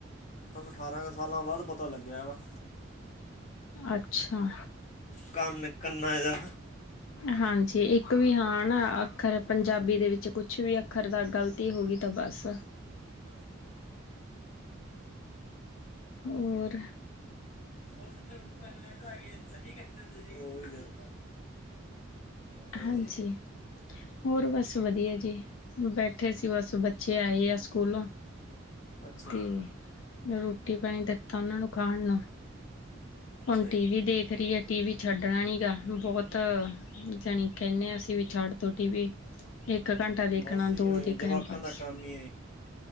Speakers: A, on the left; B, on the left.
A: ਅਠਾਰਾਂ ਕੁ ਸਾਲਾਂ ਬਾਦ ਪਤਾ ਲੱਗਿਆ ਵਾ।
B: ਅੱਛਾ
A: ਕੰਨ ਕੰਨਾ ਇਹਦਾ
B: ਹਾਂਜੀ। ਇੱਕ ਵੀ ਹਾਂ ਨਾ ਅੱਖਰ ਪੰਜਾਬੀ ਦੇ ਵਿੱਚ ਕੁਛ ਵੀ ਅੱਖਰ ਦਾ ਗ਼ਲਤੀ ਹੋ ਗਈ ਤਾਂ ਬਸ।
A: <unintelligible>
B: ਹੋਰ
A: ਹੁਨ ਪੈਨੇਟ ਹੈਗੇ ਸਹੀ ਕਹਿੰਦੇ ਸੀ, ਉਹੀ ਤੇ ਹੋਰ
B: ਹਾਂਜੀ ਹੋਰ ਬਸ ਵਧੀਆ ਜੀ। ਬੈਠੇ ਸੀ ਬਸ ਬੱਚੇ ਆਏ ਆ ਸਕੂਲੋਂ।
A: ਅੱਛਾ ਜੀ
B: ਤੇ ਮੈਂ ਰੋਟੀ-ਪਾਣੀ ਦਿੱਤਾ ਉਨਾਂ ਨੂੰ ਖਾਣ ਨੂੰ।
A: ਅੱਛਾ
B: ਹੁਣ
A: ਜੀ
B: ਟੀਵੀ ਦੇਖ ਰਹੀ ਐ, ਟੀ ਵੀ ਛੱਡਣਾ ਨੀ ਗਾ ਬਹੁਤ ਜਾਣੀ ਕਹਿੰਦੇ ਆਂ, ਅਸੀਂ ਵੀ ਛੱਡ ਦੋ ਟੀ ਵੀ। ਇੱਕ ਘੰਟਾ ਦੇਖਨਾ,
A: ਬਸ ਹੀ
B: ਦੋ
A: ਆਈ
B: ਦੇਖਣੇ
A: ਜਵਾਕਾਂ
B: ਬਸ
A: ਦਾ ਕੰਮ ਹੀ